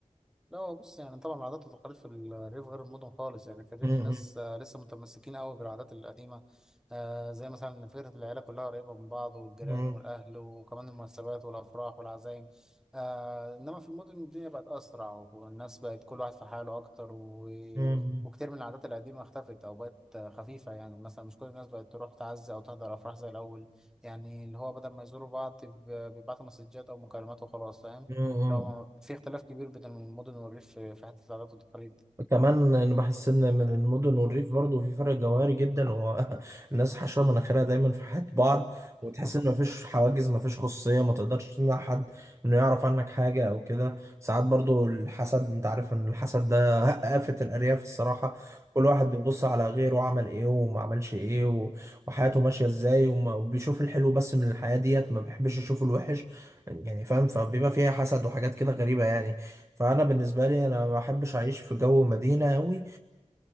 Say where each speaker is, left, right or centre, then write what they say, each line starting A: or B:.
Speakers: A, in the centre; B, on the right.
A: لا هو بص يعني طبعا العادات والتقاليد في الريف غير المدن خالص يعني في الريف
B: مم،
A: الناس
B: مم،
A: آه، لسه متمسكين قوي بالعادات القديمة آه، زي مثلا ان فكرة العيلة كلها قريبة من بعض والجيران
B: مم،
A: والأهل وكمان المناسبات والأفراح والعزايم آه، إنما في المدن الدنيا بقت أسرع والناس بقت كل واحد في حاله أكتر و...
B: مم،
A: وكتير من العادات القديمة اختفت أو بقت آه، خفيفة يعني مثلا مش كل الناس بقت تروح تعزي أو تحضر أفراح زي الأول يعني اللي هو بدل ما يزوروا بعض بيب- بيبعتوا مسجات أو مكالمات وخلاص فاهم
B: مم، مم.
A: لو ما في اختلاف كبير بين المدن والريف في في حتة العادات والتقاليد دي
B: كمان انا بحس ان من المدن والريف برضه في فرق جوهري جدا هو <laughs> الناس حشره مناخيرها دايما في حياه بعض وتحس
A: <laughs>
B: ان مفيش حواجز مفيش خصوصيه ما تقدرش تمنع حد انه يعرف عنك حاجه او كده ساعات برضه الحسد انت عارف ان الحسد ده <laughs> آفة الارياف الصراحه كل واحد بيبص على غيره عمل ايه وما عملش ايه و- وحياته ماشيه ازاي وما- وبيشوف الحلو بس من الحياه ديت ما بيحبش يشوف الوحش يعني فاهم فبيبقى فيها حسد وحاجات كده غريبه يعني فانا بالنسبه لي انا ما بحبش اعيش في جو مدينه قوي